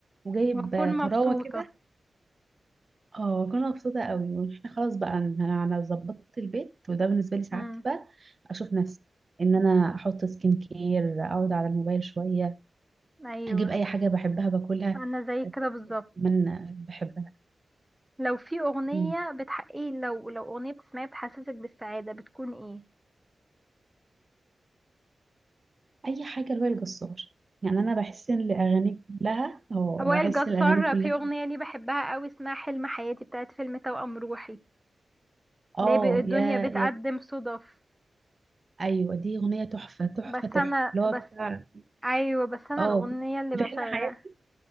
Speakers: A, on the right (about 35°); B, in the centre.
A: وجايب
B: واكون
A: آه، طراوه
B: مبسوطه
A: كده اه كنا مبسوطة قوي واحنا خلاص بقى ان انا أنا ظبطت البيت وده بالنسبة لي سعادتي
B: امم
A: بقى اشوف نفسي ان انا احط سكين كير اقعد على الموبايل شوية
B: ايوه
A: اجيب اي حاجة بحبها باكلها
B: انا زي كده بالظبط
A: اتمنى بحبها
B: لو في اغنيه
A: أمم.
B: بتحقق لو لو اغنيه بتسمعيها بتحسسك بالسعاده بتكون ايه
A: اي حاجة لوائل الجسار يعني انا بحس ان الاغاني كلها اه
B: <laughs> وائل
A: بحس
B: جسار
A: ان الاغاني كلها
B: في اغنيه ليه بحبها قوي اسمها حلم حياتي بتاعت فيلم توأم روحي
A: اه
B: ليه ب- الدنيا
A: يا
B: بتقدم
A: يا
B: صدف
A: ايوه دي اغنية تحفة تحفة
B: بس
A: تحفة
B: انا
A: اللي هو
B: بس
A: بتاع
B: ايوه بس انا
A: اه
B: الاغنيه اللي بشغل
A: في حين حياتي